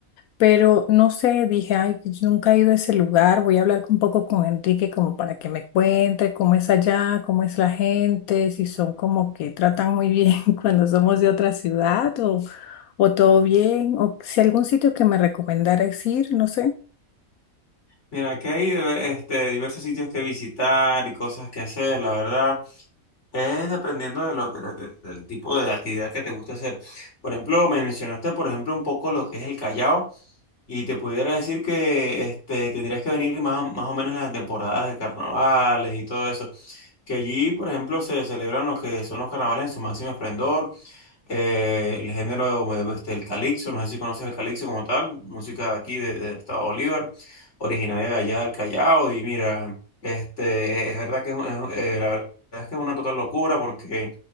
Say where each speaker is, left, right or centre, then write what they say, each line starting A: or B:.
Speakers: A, on the left; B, on the left.
A: pero no sé, dije, ay, yo nunca he ido a ese lugar, voy a hablar un poco con Enrique como para que me cuente cómo es allá, cómo es la gente, si son como que tratan muy bien <laughs> cuando somos de otra ciudad o, o todo bien, o si algún sitio que me recomendaras ir, no sé.
B: Mira, aquí hay de- este, diversos sitios que visitar y cosas que hacer, la verdad. Es dependiendo de lo, de lo- de- del tipo de actividad que te gusta hacer. Por ejemplo, me mencionaste, por ejemplo, un poco lo que es el Callao. Y te pudiera decir que este, tendrías que venir más, o- más o menos en las temporadas de carnavales y todo eso. Que allí, por ejemplo, se celebran lo que son los carnavales en su máximo esplendor. eh, el género, eh, este, el calixto, no sé si conoces el calixto como tal, música de aquí de- del estado Bolívar, originaria de allá del Callao. Y mira, este, es verdad que es, un- es- eh, la verdad es que es una total locura porque